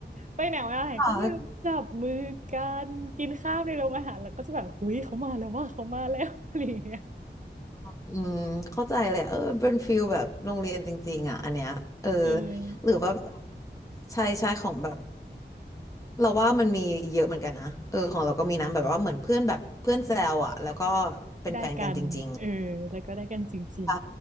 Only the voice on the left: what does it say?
ค่ะ
อืมเข้าใจเลยอะเออเป็นฟิลแบบโรงเรียนจริงๆอ่ะอันเนี้ยเออ
หรือว่าแบบใช่ใช่ของแบบเราว่ามันมีเยอะเหมือนกันนะเออของเราก็มีนะแบบว่าเหมือนเพื่อนแบบเพื่อนแซวอ่ะแล้วก็เป็นแฟนกันจริง
ๆใช่